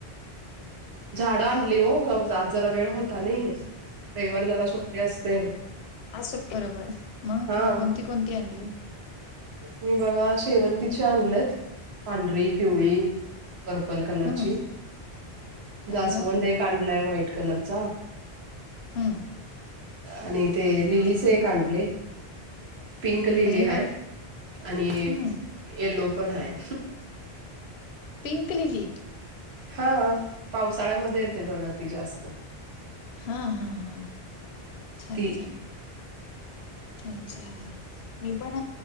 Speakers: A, on the right; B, on the left.
A: झाडं आणली ओ ग.. आज जरा वेळ होता नयी. रविवार जरा सुट्टी असते.
B: आज सुट्टी बरोबर मंग
A: हा
B: कोणती कोणती आणली?
A: मी बघा शेवंतीची आणलेत पांढरी, पिवळी. पर्पल कलरची,
B: हम्म
A: जास्वंद
B: अरे वा
A: एक आणलाय व्हाईट कलरचा.
B: हम्म
A: आणि ते लिलीचे एक आणलय पिंक लिली
B: अरे
A: आहे
B: वा
A: आणि.
B: हम्म
A: एल्लो पण हाय..
B: पिंक लिली..?
A: हा पावसाळ्यामध्ये येते बघा ती जास्त.
B: हा हा हा छान
A: ती
B: छान अच्छा.. मी पण